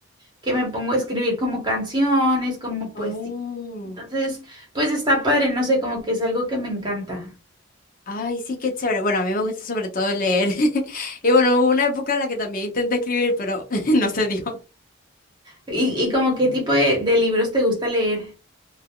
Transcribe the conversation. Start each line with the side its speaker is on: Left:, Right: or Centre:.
Right: que me pongo a escribir como canciones, como
Left: Oh,
Right: poesía, entonces, pues está padre, no sé, como que es algo que me encanta.
Left: ay, sí, qué chévere. Bueno, a mí me gusta sobre todo leer. <laughs> Y bueno, hubo una época en la que también intenté escribir, pero <laughs> no se dio.
Right: ¿Y, y como qué tipo de, de libros te gusta leer?